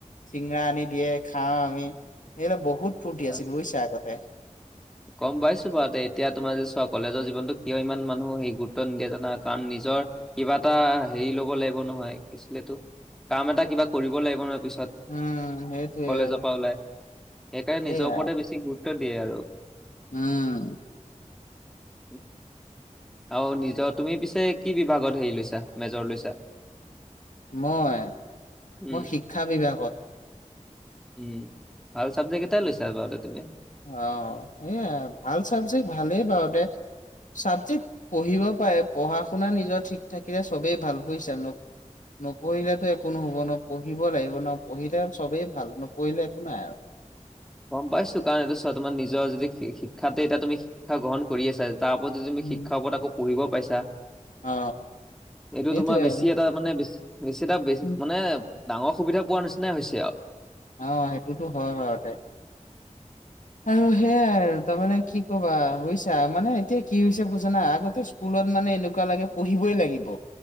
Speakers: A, on the left (about 80°); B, in the centre.
A: চিঙৰা আনি দিয়ে, খাওঁ আমি। এইবিলাক বহুত ফূৰ্তি
B: হয়।
A: আছিল বুইছা আগতে।
B: গম পাইছো বাৰু এতিয়া তোমাৰ যদি চোৱা কলেজৰ জীৱনতো কিয় ইমান মানুহ সেই গুৰুত্ব নিদিয়ে জানা? কাৰণ নিজ নিজৰ কিবা এটা হেৰি ল'ব লাগিব নহয়। কি আছিল এইটো কাম এটা কিবা কৰিব লাগিব নহয় পিছত।
A: উম সেইটোৱে
B: কলেজৰ
A: আৰু
B: পৰা ওলাই সেইকাৰণে নিজৰ
A: এইয়া
B: ওপৰতে বেছি গুৰুত্ব দিয়ে আৰু।
A: উম।
B: উম আৰু নিজৰ তুমি পিছে কি বিভাগত হেৰি লৈছা মেজৰ লৈছা?
A: মই?
B: উম,
A: মই শিক্ষা বিভাগত।
B: উম ভাল চাবজেক্ট এটাই লৈছা বাৰু দে তুমি।
A: অ, এয়া ভাল চাবজেক্ট ভালেই বাৰু দে। ছাবজেক্ট পঢ়িব পাৰে, পঢ়া শুনা নিজৰ ঠিক থাকিলে চবেই ভাল বুইচা? নপঢ়িলেতো একো নহব ন। পঢ়িব লাগিব ন। পঢ়িলে চবেই ভাল, নপঢ়িলে একো নাই আৰু।
B: গম পাইছো কাৰণ এইটো চোৱা তোমাৰ নিজৰ যদি শিক্ষাতে এতিয়া তুমি শিক্ষা গ্ৰহণ কৰি আছা। তাৰ ওপৰত যদি তুমি
A: উম
B: শিক্ষাৰ ওপৰত আকৌ পঢ়িব পাইছা
A: অ
B: এইটো
A: সেইটোৱে
B: তোমাৰ বেছি
A: আৰু
B: এটা মানে বে বেছি এটা বে
A: উম।
B: মানে ডাঙৰ সুবিধা পোৱাৰ নিচিনাই হৈছে আও।
A: অ সেইটোতো হয় বাৰুতে আৰু সেয়াই তাৰমানে কি কবা হৈছো মানে এতিয়া কি হৈছে বুজানা আগতে স্কুলত মানে এনেকুৱা লাগে পঢ়িবই লাগিব